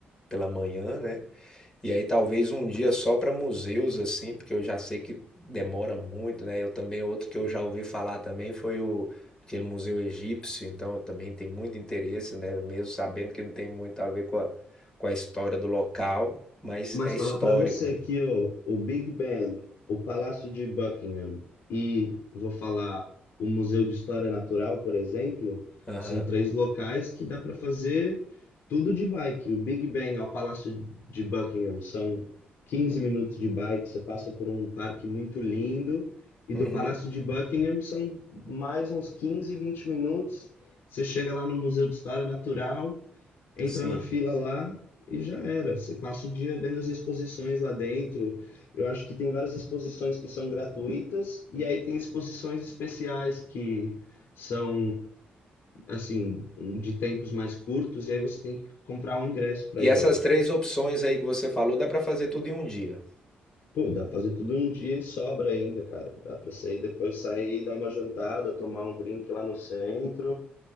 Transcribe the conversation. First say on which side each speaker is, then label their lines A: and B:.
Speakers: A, on the left; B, on the left.
A: pela manhã, né? E aí talvez um dia só para museus, assim, porque eu já sei que demora muito, né? Eu também, outro que eu já ouvi falar também foi o aquele museu egípcio, então eu também tem muito interesse, né? Mesmo sabendo que não tem muito a ver com a, com a história do local, mas
B: Mas
A: é
B: falar
A: histórico,
B: para você
A: né?
B: que ó, o Big Ben, o Palácio de Buckingham e, vou falar, o Museu de História Natural, por exemplo,
A: Aham.
B: são três locais que dá para fazer tudo de bike. O Big Ben ao Palácio de Buckingham são 15 minutos de bike, você passa por um parque muito lindo. E
A: Uhum.
B: do Palácio de Buckingham são mais uns 15, 20 minutos. Você chega lá no Museu de História Natural, entra
A: Sim.
B: na fila lá e já era. Você passa o dia vendo as exposições lá dentro. Eu acho que tem várias exposições que são gratuitas e aí tem exposições especiais que são assim de tempos mais curtos e aí você tem que comprar um ingresso para
A: E
B: ir
A: essas
B: ver eles.
A: três opções aí que você falou, dá para fazer tudo em um dia.
B: Pô, dá pra fazer tudo em um dia e sobra ainda, cara. Dá pra sair depois sair, dar uma jantada, tomar um drink lá no centro.